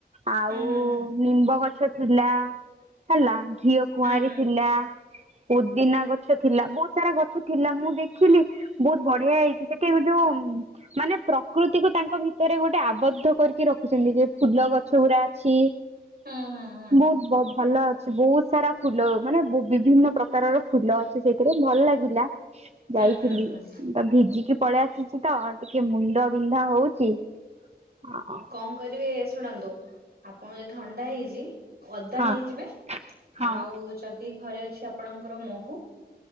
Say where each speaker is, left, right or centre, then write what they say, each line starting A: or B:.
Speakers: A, on the right; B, on the right.
A: ଆଉ
B: ହୁଁ ହୁଁ ହୁଁ
A: ନିମ୍ବ ଗଛ ଥିଲା ହେଲା ଘିଅ କୁଆଁରୀ
B: ହୁଁ
A: ଥିଲା ପୋଦିନା ଗଛ ଥିଲା ବହୁତ ସାରା ଗଛ ଥିଲା ମୁଁ ଦେଖିଲି ବହୁତ ବଢିଆ ହେଇଛି ସେଠି ଯୋଉ ମାନେ ପ୍ରକୃତିକୁ ତାଙ୍କ ଭିତରେ ଗୋଟେ ଆବଦ୍ଧ କରିକି ରଖିଛନ୍ତି ଯେ ଫୁଲ ଗଛ ଗୁଡା ଅଛି
B: ହୁଁ ହୁଁ ହୁଁ ହୁଁ।
A: ବହୁତ ଭ ଭଲ ଅଛି ବହୁତ ସାରା ଫୁଲ ମାନେ ବୁ ବିଭିନ୍ନ ପ୍ରକାରର ଫୁଲ ଅଛି ସେଇଥିରେ ଭଲ ଲାଗିଲା
B: ହୁଁ
A: ଯାଇଥିଲି
B: ହୁଁ ହୁଁ
A: ତ ଭିଜିକି ପଳେଇ ଆସିଛି ତ ଟିକେ ମୁଣ୍ଡ ବିନ୍ଧା ହଉଛି। ହଁ
B: କଣ କରିବି ଶୁଣନ୍ତୁ ଆପଣ ଯଦି ଥଣ୍ଡା ହେଇଛି ଅଦା
A: ହଁ
B: ନେଇଯିବେ
A: ହଁ
B: ଆଉ ଯଦି ଘରେ ଅଛି ଆପଣଙ୍କର ମହୁ